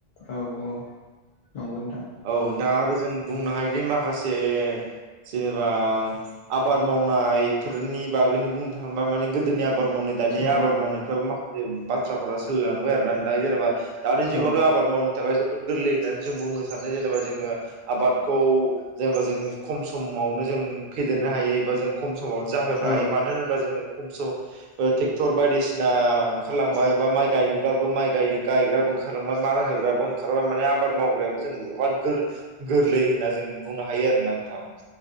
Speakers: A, on the left; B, on the right.
A: औ औ नंगौ नोंथां
B: औ दा आरो जों बुंनो हायोदि माखासे जेनेबा आबाद मावनायफोरनि बागैनो बुंदों थांबा माने गोदोनि आबाद मावनाय दानि
A: औ
B: आबाद मावनायफ्राबो माखा जे बाथ्राफोरा सोलिलांबाय आरो ना दा जेनेबा दानि जुगावथ'
A: औ
B: आबाद मावनो थाखाय जोबोद गोरलैयैनो जों बुंनो सानो जेनेबा जोङो आबादखौ जेनेबा जों खम समावनो ज जों फेदेरनो हायो एबा जों खम समावनो जाहोनो
A: औ
B: हायो मानो होनोब जों खम समावनो ट्रेक्टर बायदिसिना ओंखारलांबाय एबा माइ गायनोब्लाबो माइ गायनो गाय ग्रा ओंखारलांबाय मारा होग्राबो ओंखारबाय माने आबाद मावग्रायाबो जों गोबां गोरलै गोरलै होनना जों बुंनो हायो आरोना नोंथां